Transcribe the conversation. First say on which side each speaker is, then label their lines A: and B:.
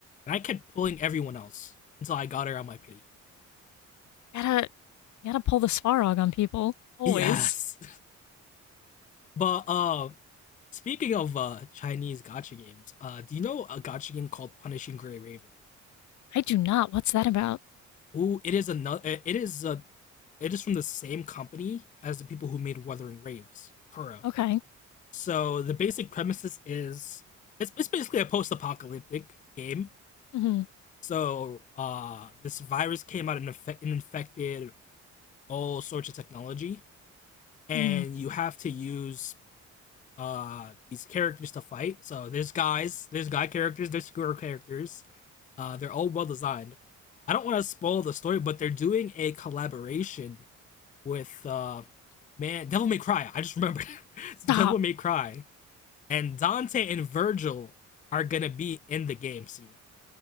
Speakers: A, on the left (about 25°); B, on the left (about 70°).
A: and I kept pulling everyone else until I got her on my pity.
B: Gotta gotta pull the Svarog on people always.
A: Yes, <laughs> but uh, speaking of uh Chinese gotcha games, uh, do you know a gotcha game called Punishing Gray Raven?
B: I do not. What's that about?
A: Ooh, it is another. It is a. It is from the same company as the people who made Wuthering Waves, Kuro.
B: Okay.
A: So the basic premises is it's, it's basically a post-apocalyptic game.
B: hmm
A: So uh, this virus came out and, infect, and infected all sorts of technology, and
B: hmm
A: you have to use uh, these characters to fight. So there's guys, there's guy characters, there's girl characters. Uh, they're all well designed. I don't want to spoil the story, but they're doing a collaboration with uh man Devil May Cry. I just remembered <laughs>
B: Stop.
A: Devil May Cry and Dante and Virgil are gonna be in the game soon.